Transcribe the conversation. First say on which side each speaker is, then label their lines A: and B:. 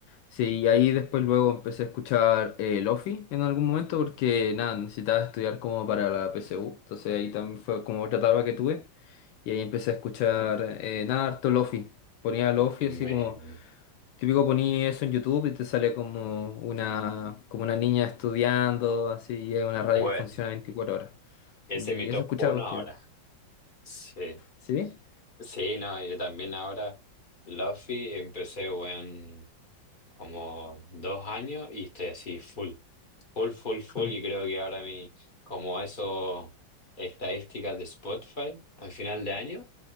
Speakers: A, on the left; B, on the left.
A: sí, y ahí después luego empecé a escuchar eh, Lofi en algún momento porque nada, necesitaba estudiar como para la PSU, entonces ahí también fue como otra etapa que tuve y ahí empecé a escuchar eh, nada, harto Lofi, ponía Lofi así
B: bueno.
A: como, típico ponía eso en YouTube y te sale como una, como una niña estudiando, así, y es una radio
B: Bueno.
A: que funciona 24 horas
B: Ese
A: y
B: es mi top
A: eso escuchaba
B: uno
A: para estudiar,
B: ahora. Sí,
A: ¿sí?
B: sí, no, yo también ahora. Luffy empecé en como dos años y estoy así full, full, full, full.
A: <laughs>
B: Y creo que ahora mi, como eso, estadísticas de Spotify al final de año,